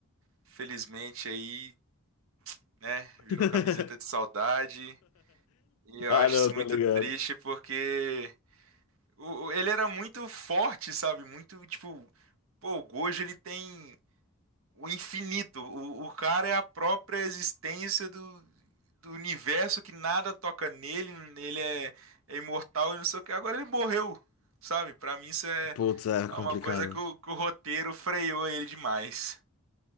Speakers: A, on the right (about 70°); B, on the left (about 80°).
A: felizmente aí, né, virou
B: <laughs>
A: camiseta de saudade. E eu
B: Ah,
A: acho
B: não,
A: isso
B: tá
A: muito
B: ligado.
A: triste porque o- o- ele era muito forte, sabe? Muito, tipo, pô, o Gojo ele tem o infinito. O, o cara é a própria existência do, do universo que nada toca nele, ele é, é imortal e não sei o que. Agora ele morreu, sabe? Pra mim isso é,
B: Putz, é complicado.
A: é uma coisa que o, que o roteiro freou ele demais,